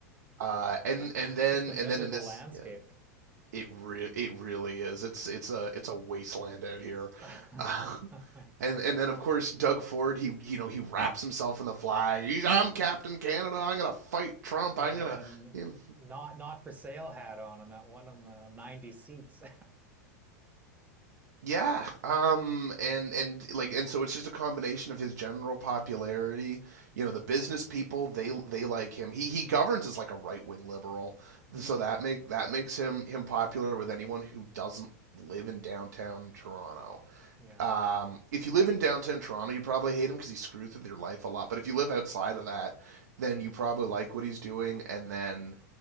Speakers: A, on the right; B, on the right.
A: uh and and
B: <laughs>
A: then
B: Just a miserable
A: and then in this
B: landscape.
A: yeah it re- it really is it's it's a it's a wasteland out here
B: <laughs>
A: <laughs> uh, and and then of course Doug Ford he you know he wraps himself in the flag. He's, I'm Captain Canada. I'm gonna fight Trump.
B: Yeah,
A: I'm gonna
B: the
A: you know
B: not not for sale hat on, and that one of uh, 90 seats.
A: yeah um and and like and so it's just a combination of his general popularity. You know the business people they they like him. He he governs as like a right wing liberal,
B: <laughs>
A: so
B: Hmm.
A: that make that makes him him popular with anyone who doesn't live in downtown Toronto.
B: Yeah.
A: Um, if you live in downtown Toronto, you probably hate him because he screws with your life a lot. But if you live outside of that, then you probably like what he's doing. And then,